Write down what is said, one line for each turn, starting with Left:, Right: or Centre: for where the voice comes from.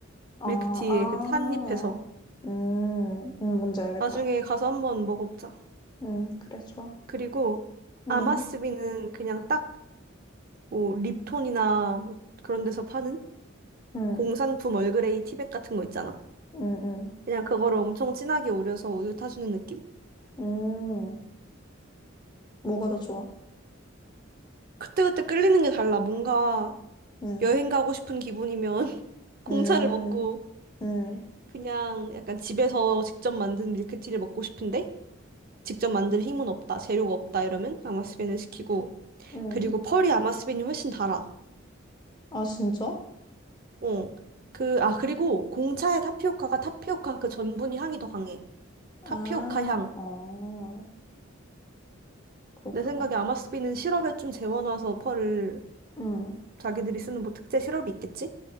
Left: 아,
Right: 밀크티의
Left: 아,
Right: 그 산잎에서.
Left: 음, 음, 뭔지 알겠다.
Right: 나중에 가서 한번 먹어보자.
Left: 음, 그래, 좋아.
Right: 그리고
Left: 음,
Right: 아마스비는 그냥 딱 뭐 립톤이나 뭐 그런 데서 파는
Left: 음,
Right: 공산품 얼그레이 티백 같은 거 있잖아.
Left: 음, 음,
Right: 그냥 그거를 엄청 진하게 우려서 우유 타주는 느낌?
Left: 음. 뭐가 더 좋아?
Right: 그때그때 끌리는 게 달라. 뭔가
Left: 음,
Right: 여행 가고 싶은 기분이면 <laughs> 공차를
Left: 음,
Right: 먹고
Left: 음,
Right: 그냥 약간 집에서 직접 만든 밀크티를 먹고 싶은데 직접 만들 힘은 없다, 재료가 없다 이러면 아마스빈을 시키고
Left: 음.
Right: 그리고 펄이 아마스빈이 훨씬 달아.
Left: 아, 진짜?
Right: 어. 그, 아, 그리고 공차의 타피오카가 타피오카 그 전분이 향이 더 강해.
Left: 아,
Right: 타피오카 향.
Left: 어, 그렇구나.
Right: 내 생각에 아마스빈은 시럽에 좀 재워놔서 펄을
Left: 음,
Right: 자기들이 쓰는 뭐 특제 시럽이 있겠지?